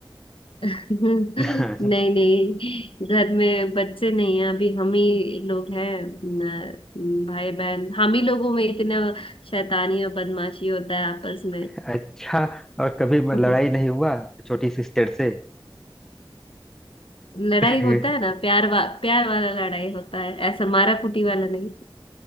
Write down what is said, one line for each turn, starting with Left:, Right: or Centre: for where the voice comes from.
Left: <laughs> नहीं
Centre: है <laughs>
Left: नहीं घर में बच्चे नहीं हैं अभी हम ही लोग हैं न- भाई बहन हम ही लोगों में इतना शैतानी और बदमाशी होता है आपस में
Centre: अच्छा और कभी म-
Left: <laughs>
Centre: लड़ाई नहीं हुआ छोटी सिस्टर से
Left: लड़ाई
Centre: <laughs>
Left: होता है ना प्यार वा, प्यार वाला लड़ाई होता है ऐसा मारा कुटी वाला नहीं